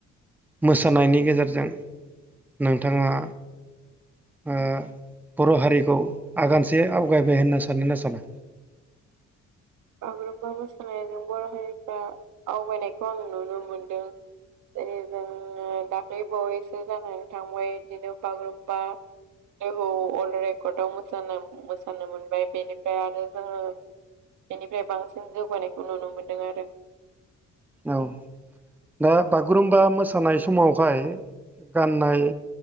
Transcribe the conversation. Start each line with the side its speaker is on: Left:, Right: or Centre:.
Centre: मोसानायनि गेजेरजों नोंथाङा ओ बर' हारिखौ आगानसे आवगायबाय होनना सानोना साना
Right: बागुरुम्बा मोसानायजों बर' हारिफ्रा आवगायनायखौ आं नुनो मोनदों जेरै जों दाख्लैबावैसो जानानै थांबाय बिदिनो बागुरुमबा दहौ अर्ल्ड रेकर्डआव मोसानो मोनबाय बेनिफ्राय आरो जोङो बेनिफ्राय बांसिन जौगानायखौ नुनो मोन्दों आरो
Centre: औ दा बागुरुम्बा मोसानाय समावहाय गाननाय